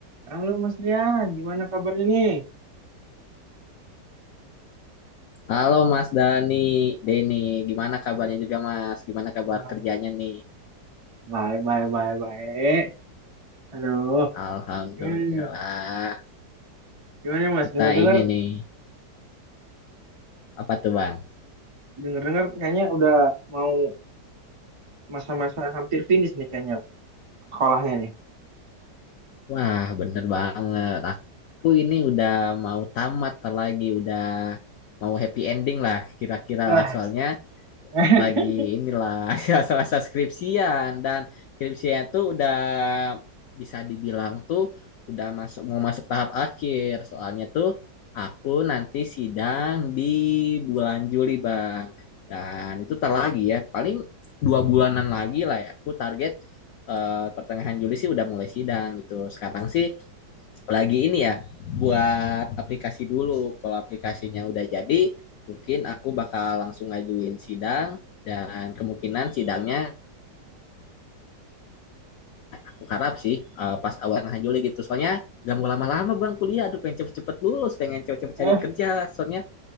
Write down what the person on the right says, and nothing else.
Halo Mas Rian, gimana kabarnya nih?
Ah,
Baik, baik, baik, baik. Aduh,
gimana nih, Mas? Gimana nih, Mas?
Dengar-dengar,
dengar-dengar kayaknya udah mau masa-masa hampir finish nih kayaknya sekolahnya nih.
Nah,
<laughs>
oh